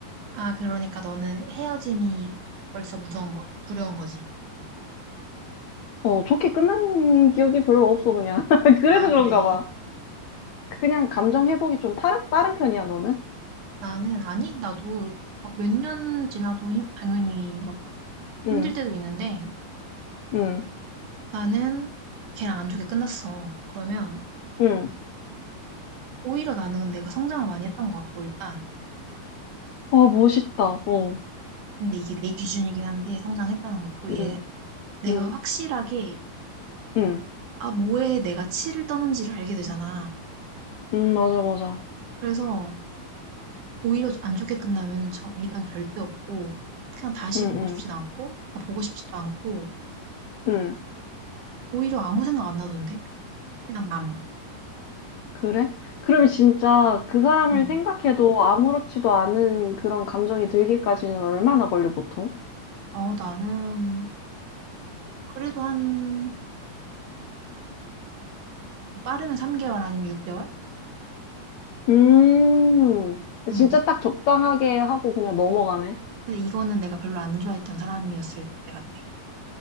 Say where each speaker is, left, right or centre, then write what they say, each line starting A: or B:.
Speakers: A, on the right; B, on the left.
A: 아, 그러니까 너는 헤어짐이 벌써 무서운 거, 두려운 거지.
B: 어, 좋게 끝난 기억이 별로 없어, 그냥. <laughs> 그래서
A: 아,
B: 그런가
A: 그래.
B: 봐. 그냥 감정 회복이 좀 빠른, 빠른 편이야, 너는?
A: 나는 아니, 나도 막 몇 년 지나도 힘- 당연히 막
B: 응,
A: 힘들 때도 있는데
B: 응,
A: 나는 걔랑 안 좋게 끝났어. 그러면
B: 응.
A: 오히려 나는 내가 성장을 많이 했던 것 같고 일단
B: 아, 멋있다. 어,
A: 근데 이게 내 기준이긴 한데 성장했다는 것도 얘
B: 응,
A: 내가
B: 응,
A: 확실하게
B: 응.
A: 아 뭐에 내가 치를 떠는지를 알게 되잖아.
B: 응, 맞아, 맞아.
A: 그래서 오히려 안 좋게 끝나면은 저 미련 절대 없고 그냥 다시
B: 응,
A: 보고
B: 응,
A: 싶진 않고 아 보고 싶지도 않고
B: 응.
A: 오히려 아무 생각 안 나던데 그냥 남.
B: 그래? 그러면 진짜 그 사람을
A: 응.
B: 생각해도 아무렇지도 않은 그런 감정이 들기까지는 얼마나 걸려, 보통?
A: 어 나는 그래도 한 뭐 빠르면 3개월 아니면 6개월?
B: 음,
A: 응.
B: 진짜 딱 적당하게 하고 그냥 넘어가네.
A: 근데 이거는 내가 별로 안 좋아했던 사람이었을 때 같아.